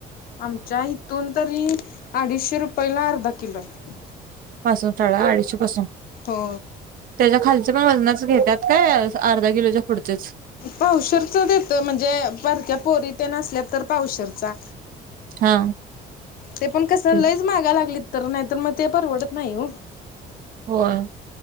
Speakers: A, on the left; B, on the right.
A: आमच्या हीथून तरी अडीचशे रुपयला अर्धा किलो हे.
B: पासून तर ना अडीचशे पासून.
A: हो.
B: त्याच्या खालच्या पण वजनाचे घेतात काय अर्धा किलोच्या पुढचेच.
A: पावशेरच देतोय म्हणजे बारक्या पोरी तेन असल्या तर पावशेरचा.
B: हा
A: ते पण कस लईच
B: ठीक
A: माग लागली तर नाहीतर मग ते परवडत नाही ओ.
B: होय